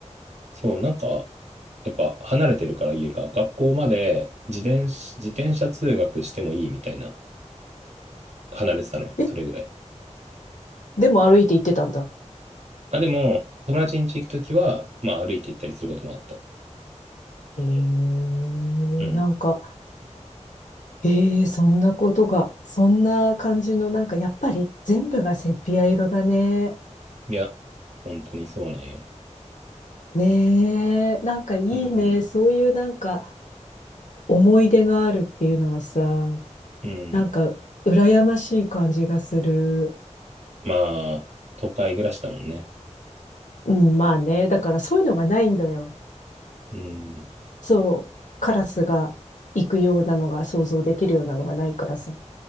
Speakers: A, on the right; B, on the left.
A: そう、なんか、やっぱ離れてるから家が、学校まで自転車、自転車通学してもいいみたいな、離れてたのよ。
B: え、
A: それぐらい。
B: でも歩いて行ってたんだ。
A: あ、でも、友達ん家行くときは、まあ歩いて行ったりすることもあった。
B: ええ
A: うん。
B: なんか、ええそんなことが、そんな感じの、なんかやっぱり全部がセピア色だね。
A: いや、本当にそうなんよ。
B: ねえ、なんかいいね。
A: うん。
B: そういうなんか思い出があるっていうのはさ、
A: うん。
B: なんか羨ましい感じがする。
A: まあ、都会暮らしだもんね。
B: うん、まあね。だからそういうのがないんだよ。
A: うん。
B: そう。カラスが行くようなのが想像できるようなのがないからさ。